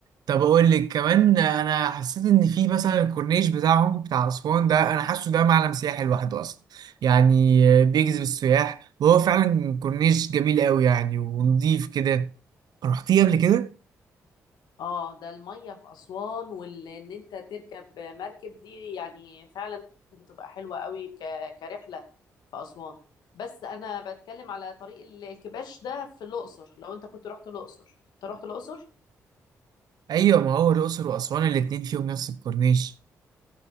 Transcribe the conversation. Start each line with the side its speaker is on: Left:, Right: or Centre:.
Right: طب اقول لك كمان انا حسيت ان في مثلا الكورنيش بتاعهم بتاع اسوان ده انا حاسه ده معلم سياحي لوحده اصلا يعني بيجذب السياح وهو فعلا كورنيش جميل قوي يعني ونضيف كده رحتيه قبل كده
Left: اه ده المية في أسوان وان انت تركب مركب دي يعني فعلا بتبقى حلوة قوي ك... كرحلة في أسوان بس انا بتكلم على طريق ال- الكباش ده في الأقصر لو انت كنت رحت الأقصر انت رحت الأقصر
Right: ايوه ما هو الاقصر واسوان الاتنين فيهم نفس الكورنيش